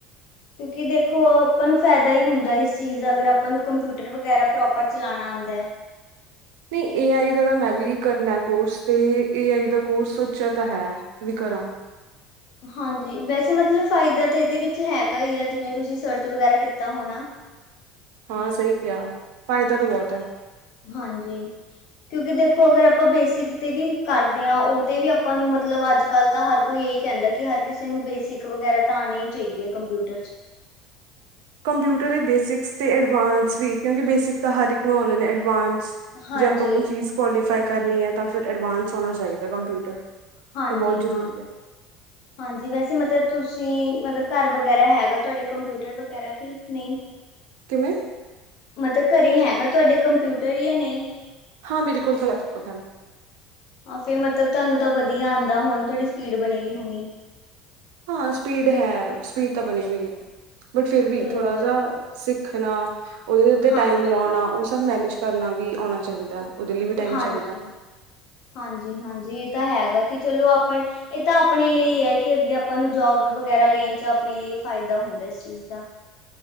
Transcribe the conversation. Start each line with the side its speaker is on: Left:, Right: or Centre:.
Left: ਕਿਉਂਕਿ ਦੇਖੋ ਆਪਾਂ ਨੂੰ ਫਾਇਦਾ ਹੀ ਹੁੰਦਾ ਇਸ ਚੀਜ਼ ਦਾ ਅਗਰ ਆਪਾਂ ਨੂੰ ਕੰਪਿਊਟਰ ਵਗੈਰਾ ਪ੍ਰੋਪਰ ਚਲਾਣਾ ਆਂਦਾ ਹੈ।
Right: ਨਹੀਂ, ਏ- ਆਈ ਦਾ ਤਾਂ ਮੈਂ ਵੀ ਕਰਨਾ ਕੋਰਸ ਤੇ ਏ -ਆਈ ਦਾ ਕੋਰਸ ਸੋਚਿਆ ਤਾਂ ਹੈ ਵੀ ਕਰਾਂ।
Left: ਹਾਂਜੀ, ਵੈਸੇ ਮਤਲਬ ਫਾਇਦਾ ਤਾਂ ਇਹਦੇ ਵਿੱਚ ਹੈਗਾ ਈ ਆ ਜਿਵੇਂ ਤੁਸੀਂ ਸਰਚ ਵਗੈਰਾ ਕੀਤਾ ਹੋਣਾ।
Right: ਹਾਂ, ਸਹੀ ਕਿਹਾ ਫਾਇਦਾ ਤਾਂ ਬੋਤ ਹੈ।
Left: ਹਾਂਜੀ। ਕਿਉਂਕਿ ਦੇਖੋ ਅਗਰ ਆਪਾਂ ਬੇਸਿਕ ਤੇ ਵੀ ਕਰਦੇ ਹਾਂ। ਉਹ ਤੇ ਵੀ ਆਪਾਂ ਨੂੰ ਮਤਲਬ ਅੱਜ ਕੱਲ੍ਹ ਤਾਂ ਹਰ ਕੋਈ ਇਹੀ ਕਹਿੰਦਾ ਕਿ ਹਰ ਕਿਸੇ ਨੂੰ ਬੇਸਿਕ ਵਗੈਰਾ ਤਾਂ ਆਉਣੀ ਹੀ ਚਾਹੀਦੀ ਹੈ ਕੰਪਿਊਟਰ ਚ।
Right: ਕੰਪਿਊਟਰ ਦੇ ਬੇਸਿਕਸ ਤੇ ਐਡਵਾਂਸ ਵੀ ਕਿਉਂਕਿ ਬੇਸਿਕ ਹਰ ਇੱਕ ਨੂੰ ਆਉਂਦੇ ਏਡਵਾਂਸ
Left: ਹਾਂਜੀ
Right: ਜੇ ਆਪਾਂ ਕੋਈ ਚੀਜ਼ ਕੁਆਲੀਫ ਆਈ ਕਰਨੀ ਹੈ ਤਾਂ ਫਿਰ ਐਡਵਾਂਸ ਹੋਣਾ ਚਾਹੀਦਾ ਕੰਪਿਊਟਰ
Left: ਹਾਂਜੀ,
Right: ਤਾਂ ਬਹੁਤ ਜ਼ਰੂਰੀ
Left: ਹਾਂ।
Right: ਹੈ
Left: ਹਾਂਜੀ। ਵੈਸੇ ਮਤਲਬ ਤੁਸੀਂ ਮਤਲਬ ਘਰ ਵਗੈਰਾ ਹੈਗਾ। ਤੁਹਾਡੇ ਕੰਪਿਊਟਰ ਵਗੈਰਾ ਕੀ ਨਹੀਂ।
Right: ਕਿਵੇਂ?
Left: ਮਤਲਬ ਘਰੇ ਹੈਗਾ ਤੁਹਾਡੇ ਕੰਪਿਊਟਰ ਜਾਂ ਨਹੀਂ।
Right: ਹਾਂ, ਮੇਰੇਕੋਲ ਤਾਂ ਲੈਪਟੋਪ ਹੈ।
Left: ਹਾਂ, ਫਿਰ ਮਤਲਬ ਤੁਹਾਨੂੰ ਤਾਂ ਵਧੀਆ ਆਉਂਦਾ ਹੁਣ ਤੁਹਾਡੀ ਸਪੀਡ ਬਣੀ ਦੀ ਹੋਣੀ।
Right: ਹਾਂ, ਸਪੀਡ ਹੈ ਸਪੀਡ ਤਾਂ ਬਣੀ ਹੋਈ ਹੈ। ਬਟ ਫਿਰ ਵੀ
Left: ਚਲੋ
Right: ਥੋੜਾ
Left: ਵ
Right: ਜਹਾ ਸਿੱਖ ਣਾ। ਉਹਦੇ ਉਤੇ
Left: ਹਾਂਜੀ
Right: ਟਾਈਮ ਲਾਉਣਾ ਉਹ ਸਭ ਮੈਨੇਜ ਕਰਨਾ ਵੀ ਆਉਣਾ ਚਾਹੀਦਾ। ਉਹਦੇ ਲਈ ਵੀ ਟਾਈਮ
Left: ਹਾਂਜੀ,
Right: ਚਾਹੀਦਾ
Left: ਹਾਂਜੀ, ਹਾਂਜੀ। ਤਾਂ ਹੈਗਾ ਕਿ ਚਲੋ ਆਪਣੇ ਇਹ ਤਾਂ ਆਪਣੇ ਲਈ ਹੈ ਕਿ ਅੱਗੇ ਆਪਾਂ ਨੂੰ ਜੋਬ ਵਗੈਰਾ ਲੈਣ ਚ ਆਪਣੇ ਲਈ ਫਾਇਦਾ ਹੁੰਦਾ ਇਸ ਚੀਜ਼ ਦਾ।